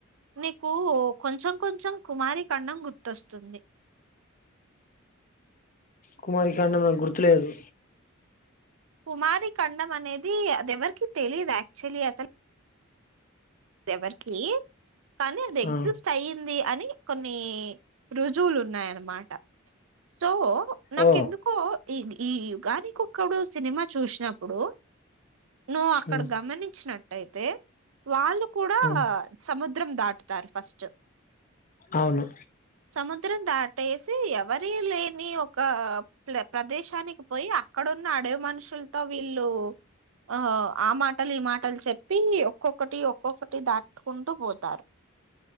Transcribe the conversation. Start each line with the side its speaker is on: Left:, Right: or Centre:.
Right: మీకు కొంచెం. కొంచెం కుమారి ఖండం గుర్తొస్. తుంది.
Left: కుమారి ఖండం నాకు గుర్తులేదు.
Right: కుమారి ఖండం అనేది. అది ఎవరికి తెలీదు యాక్చల్లి అసల్. ఎవరికీ, కానీ అది ఎగ్జిస్ట్
Left: ఆ
Right: అయ్యింది అని. నీ రుజువులు ఉన్నాయన్నమాట. సో నాకేందుకో
Left: ఓ
Right: ఇది. ఈ యుగానికొక్కడు సినిమా చూసినప్పుడు. నువ్వు అక్కడ
Left: ఉమ్
Right: గమనించినట్. అయితే వాళ్ళు. కూడా
Left: ఉమ్
Right: సముద్రం దాటుతారు ఫస్ట్.
Left: అవును
Right: సముద్రం దాటేసి ఎవరీ లేని ఒక ప్ల ప్రదేశానికి పోయి ఆ. క్కడున్న అడవి మనుషుల్తో వీళ్ళు ఆ. ఆ మాటలు, ఈ మాటలు చెప్. ప్పీ ఒక్కొక్కటి ఒక్కొక్కట్. టి దాటుకుంటూ పోత్.